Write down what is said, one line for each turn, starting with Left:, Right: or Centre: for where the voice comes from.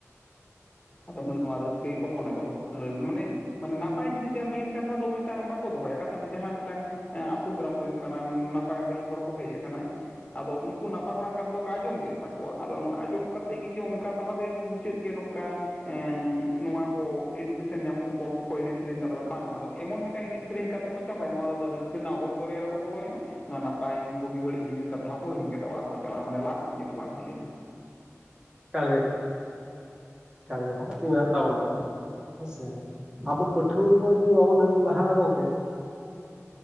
Left: ᱟᱫᱚ ᱱᱚᱶᱟ ᱨᱟᱹᱥᱠᱟᱹ ᱜᱮ ᱠᱚ ᱢᱚᱱᱮ ᱫᱚ ᱠᱟᱱᱟ ᱢᱟᱱᱮ ᱢᱟᱱᱮ ᱱᱟᱯᱟᱭ ᱡᱤᱱᱤᱥ ᱡᱟᱦᱟᱸᱟ ᱢᱮᱱ ᱠᱟᱛᱷᱟ ᱫᱚ ᱢᱤᱫ ᱴᱟᱝ ᱵᱟᱠᱚ ᱫᱚᱦᱚᱭᱟ ᱠᱟᱛᱷᱟ ᱡᱟᱦᱟᱸ ᱢᱤᱫᱴᱟᱝ ᱟᱯᱳᱜᱨᱟᱢ ᱦᱩᱭᱩᱜ ᱠᱟᱱᱟ ᱱᱟᱯᱟᱭ ᱵᱟᱹᱲᱤᱡ ᱦᱚᱲ ᱠᱚ ᱦᱮᱡ ᱟᱠᱟᱱᱟ ᱟᱫᱚ ᱱᱩᱠᱩ ᱱᱟᱯᱟᱭ ᱦᱚᱲᱱᱟᱜ ᱠᱟᱛᱷᱟ ᱫᱚᱠᱚ ᱟᱸᱡᱚᱢ ᱠᱮᱫ ᱛᱟᱠᱚᱣᱟ ᱟᱫᱚ ᱱᱚᱣᱟ ᱟᱸᱡᱚᱢ ᱠᱟᱛᱮ ᱜᱮ ᱡᱮ ᱚᱱᱠᱟ ᱛᱟᱞᱟ ᱛᱮᱜᱮ ᱢᱩᱪᱟᱹᱫ ᱢᱩᱪᱟᱹᱫ ᱜᱮ ᱱᱚᱝᱠᱟ ᱮᱸ ᱱᱚᱶᱟ ᱠᱚ ᱮᱰᱩᱠᱮᱥᱚᱱ ᱧᱟᱢᱚᱜ ᱜᱚᱞᱯᱷᱚ ᱮᱱᱮᱡ ᱥᱮᱨᱮᱧ ᱛᱟᱞᱮᱛᱮ ᱵᱟᱝ ᱟᱫᱚ ᱮᱢᱚᱱ ᱢᱤᱫᱴᱟᱝ ᱮᱱᱮᱡ ᱥᱮᱨᱮᱧ ᱠᱟᱛᱮ ᱠᱚ ᱪᱟᱵᱟᱭᱟ ᱱᱚᱣᱟ ᱫᱚ ᱟᱫᱚ ᱨᱟᱹᱥᱠᱟᱹ ᱨᱮᱱᱟᱜ ᱚᱜᱚᱢ ᱫᱚᱨᱭᱟ ᱨᱮᱠᱚ ᱵᱚᱞᱚᱭᱮᱱᱟ ᱚᱱᱟ ᱱᱟᱯᱟᱭ ᱵᱩᱜᱤ ᱵᱟᱹᱲᱤᱡ ᱡᱤᱱᱤᱥ ᱠᱟᱛᱷᱟ ᱦᱚᱸᱠᱚ ᱦᱤᱧ ᱠᱟ ᱠᱟᱛᱮᱫ ᱚᱲᱟᱜ ᱠᱚ ᱪᱟᱞᱟᱜᱼᱟ ᱢᱟᱱᱮ ᱞᱟᱵᱷ ᱫᱚ ᱪᱮᱫ ᱵᱟᱝ ᱦᱩᱭ ᱞᱮᱱᱟ
Right: ᱠᱟᱱ ᱦᱚᱸ <unintelligible> ᱛᱤ ᱢᱮᱱᱟᱜ ᱛᱟᱵᱚᱱᱟ ᱦᱮᱸᱥᱮ ᱟᱵᱚ ᱯᱟᱹᱴᱷᱩᱣᱟᱹ ᱠᱚ ᱡᱚᱫᱤ ᱵᱟᱵᱚᱱ ᱞᱟᱦᱟᱼᱟ ᱜᱚᱝᱠᱮ